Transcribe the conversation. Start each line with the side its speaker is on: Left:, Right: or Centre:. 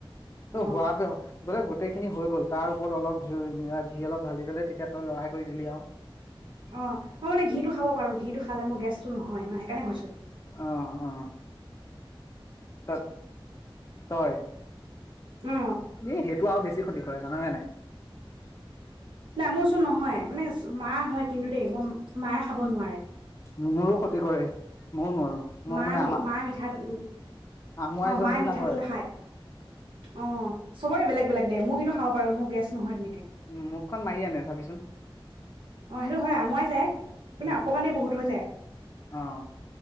Left: তই
Right: অ
Left: সোৱাদ বোলে গোটেই খিনি হৈ গ'ল তাৰ ওপৰত অলপ ঘিউ ঘিৰ অলপ ঢালি পেলাই তেতিয়া তই লৰাই কৰি দিলি আৰু
Right: অ মই মানে ঘিটো খাব পাৰো ঘিটো খালে মোৰ গেছটো নহয় মই সেইকাৰণে সুধিছো
Left: অ অ ত তয়ই
Right: অ
Left: বেপ তোৰ আৰু বেছি ক্ষতি কৰে জান নে নাই
Right: নাই মোৰচোন নহয় মানে মা হয় কিন্তু দেই মই মায়ে খাব নোৱাৰে।
Left: মোৰো ক্ষতি কৰে ময়ো নোৱাৰো মোৰ
Right: মায়ে
Left: মানে
Right: মি মিঠাতেল
Left: আমুৱাই
Right: অ
Left: যোৱা
Right: মায়ে
Left: নিচিনা
Right: মিঠাতেল
Left: হয়
Right: নেখায় অ চবৰে বেলেগ বেলেগ দে মোৰ কিন্তু খাব পাৰো গেছ নহয় তেনে
Left: উম মুখখন মাৰি আনে চাবিচোন
Right: অ সেইটো হয় আমৰাই যায় মানে
Left: উম
Right: অকমানেই বহুত হৈ যায়
Left: অ